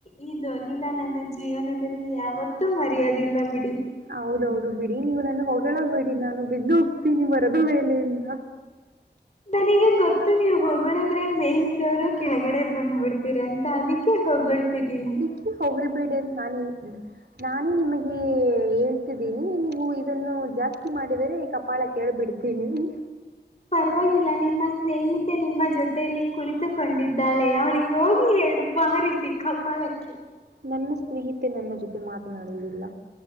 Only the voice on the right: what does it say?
ಹೌದೌದು ಬಿಡಿ ನೀವು ನನ್ ಹೊಗಳಗ್ಬೇಡಿ ನಾನು ಬಿದ್ದು ಹೋಗ್ತೀನಿ ಮರದ ಮೇಲೆಯಿಂದ.
ತು ಹೋಗಳ್ಬೇಡಿ <unintelligible> ನಾನೇ ನಿಮಗೆ ಹೇಳ್ತಿದ್ದೀನಿ ನೀವು ಇದನ್ನು ಜಾಸ್ತಿ ಮಾಡಿದರೆ ಕಪಾಳ ಕೆಳ <unintelligible> <unintelligible>
ನನ್ನ ಸ್ನೇಹಿತೆ ನನ್ನ ಜೊತೆ ಮಾತನಾಡುವುದಿಲ್ಲ.